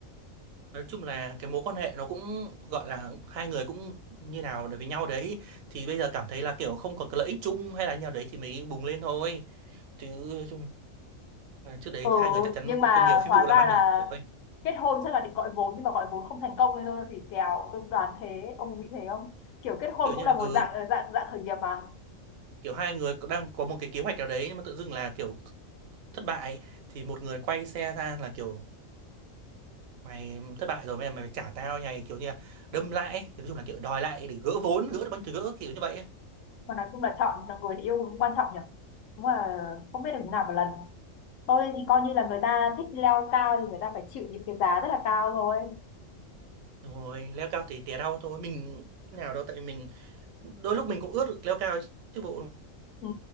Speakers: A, on the right; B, on the left.
A: nói chung là cái mối quan hệ nó cũng gọi là hai người cũng như nào để với nhau đấy thì bây giờ cảm thấy là kiểu không có cái lợi ích chung hay là như nào đấy thì mới bùng lên thôi chứ nói chung Và trước đấy
B: Ừ,
A: thì hai người chắc chắn
B: nhưng
A: là cũng
B: mà
A: có nhiều phi
B: hóa
A: vụ
B: ra
A: làm ăn
B: là
A: với nhau rồi.
B: kết hôn chắc là định gọi vốn nhưng mà gọi vốn không thành công nên thôi hủy kèo tôi đoán thế ông nghĩ thế không kiểu kết hôn
A: Kiểu như
B: cũng là
A: là
B: một
A: ừ,
B: dạng ờ, dạng dạng khởi nghiệp mà
A: kiểu hai người có- đang có một cái kế hoạch nào đấy nhưng mà tự dưng là kiểu thất bại thì một người quay xe ra là kiểu mày thất bại rồi bây giờ mày phải trả tao này kiểu như là đâm lại ấy. Nói chung là kiểu đòi lại để gỡ vốn, gỡ được bánh từ gỡ kiểu như vậy ấy.
B: mà nói chung là chọn là người để yêu cũng quan trọng nhỉ đúng là không biết được thế nào một lần tôi thì coi như là người ta thích leo cao thì người ta phải chịu những cái giá rất là cao thôi
A: Rồi leo cao thì tè đau thôi, mình nào đâu tại vì mình đôi lúc mình cũng ước được leo cao chứ bộ đúng
B: ừ.